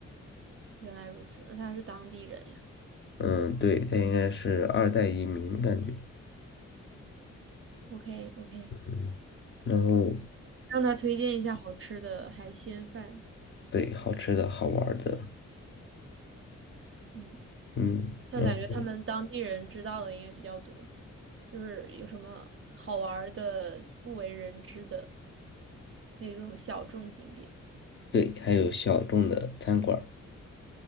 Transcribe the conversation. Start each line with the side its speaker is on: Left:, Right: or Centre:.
Right: 原来如此，那他是当地人呀。
Left: 嗯，对，他应该是二代移民感觉，
Right: OK OK，
Left: 嗯，然后。
Right: 让他推荐一下好吃的海鲜饭。
Left: 对，好吃的好玩儿的，
Right: 嗯，
Left: 嗯，
Right: 他感觉他们当地人知道的应该比较多，
Left: 然后
Right: 就是有什么好玩儿的、不为人知的那种小众景点。
Left: 对，还有小众的餐馆儿